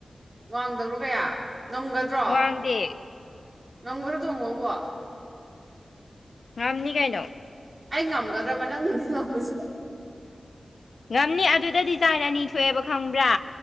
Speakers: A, on the right; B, on the left.
A: ꯋꯥꯡꯗꯕ꯭ꯔꯣ ꯀꯌꯥ ꯉꯝꯒꯗ꯭ꯔꯣ
B: ꯋꯥꯡꯗꯦ
A: ꯉꯝꯒꯗ꯭ꯔꯣ ꯊꯣꯡꯕꯕꯣ
B: ꯉꯝꯅꯤꯀꯩꯏꯅꯣ
A: ꯑꯩ ꯉꯝꯒꯗ꯭ꯔꯕ ꯅꯪꯕꯨꯗꯤ ꯉꯝꯃꯁꯨ
B: ꯉꯝꯅꯤ ꯑꯗꯨꯗ ꯗꯤꯖꯥꯏꯟ ꯑꯅꯤ ꯊꯣꯛꯑꯦꯕ ꯈꯪꯕ꯭ꯔꯥ